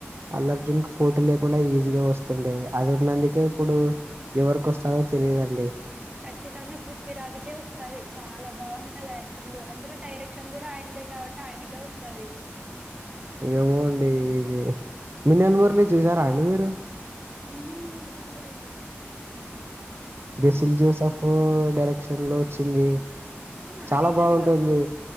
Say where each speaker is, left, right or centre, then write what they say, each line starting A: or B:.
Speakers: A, on the right (about 60°); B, on the right (about 25°).
A: అల్లుఅర్జున్ కి పోటీ లేకుండా ఈజీగా వస్తుండే. అది ఉన్నందుకే ఇప్పుడు ఎవరికొస్తాదొ తెలిదండి.
B: ఖచ్చితంగా పృథ్వీరాజుకే వస్తాది. చాలా బాగుంటది యాక్టింగ్, అందులో డైరెక్షన్ కూడా అయినదీ కాబట్టి అయనికే వస్తది.
A: ఏమోఅండి. ఇది, <unintelligible> మి నెల ఊర్ళ చూసారా, అండి మీరు
B: ఎ ము మురళి,
A: బెసిల్
B: ఆ,
A: జోసఫ్ డైరెక్షన్ లో వచ్చింది.
B: అవునా
A: చాలా
B: రీసెంట్
A: బాగుంటుంది.
B: గా